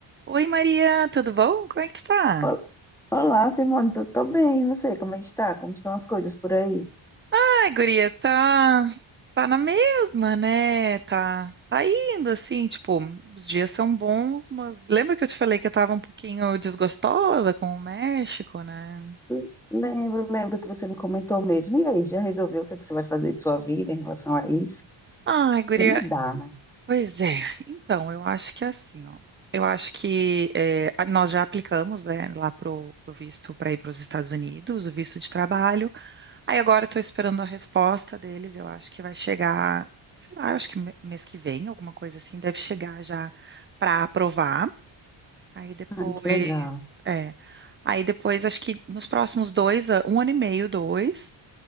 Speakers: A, on the right (about 25°); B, in the centre.
A: Oi Maria, tudo bom? Como é que tu tá?
B: Ol- Olá, Simone, tô, tô bem, e você? Como é que está? Como estão as coisas por aí?
A: Ai, guria, tá, tá na mesma, né? Tá, tá indo assim, tipo, os dias são bons, mas lembra que eu te falei que eu tava um pouquinho desgostosa com o México, né?
B: L- Lembro, lembro que você me comentou mesmo. E aí, já resolveu o que é que você vai fazer de sua vida em relação a isso?
A: Ai, guria,
B: Porque não dá, né?
A: pois é. Então, eu acho que é assim, ó. Eu acho que é, a- nós já aplicamos, né, lá pro, pro visto para ir para os Estados Unidos, o visto de trabalho. Aí agora estou esperando a resposta deles. Eu acho que vai chegar, sei lá, eu acho que me- mês que vem, alguma coisa assim, deve chegar já para aprovar. Aí depois,
B: Ai, que legal.
A: é, aí depois acho que nos próximos dois, a- um ano e meio, dois,